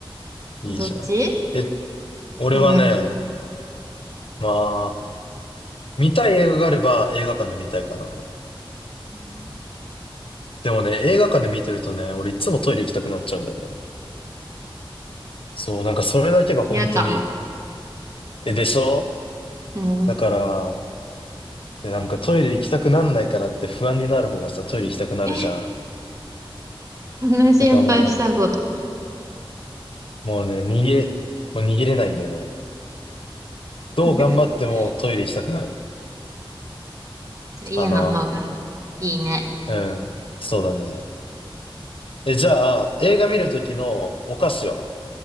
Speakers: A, on the left; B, on the right.
A: いいじゃん。
B: え、どっち
A: え、俺はね、
B: 映画館。
A: まあ、見たい映画があれば映画館で見たいかな。
B: うん
A: でもね、映画館で見てるとね、俺いつもトイレ行きたくなっちゃうんだよね。そう、なんかそれだけが本当に、
B: 嫌かも。
A: え、でしょ
B: うん。
A: だから、で、なんかトイレ行きたくなんないかなって不安になる方がさ、トイレ行きたくなるじゃん。
B: <laughs> そんな心配したこと。
A: だからもう、もうね、逃げ、もう逃げれないんだよね。どう頑張ってもトイレ行きたくなる。
B: <laughs> 家の方がいいね。
A: かな。うん。そうだね。え、じゃあ、映画見るときのお菓子は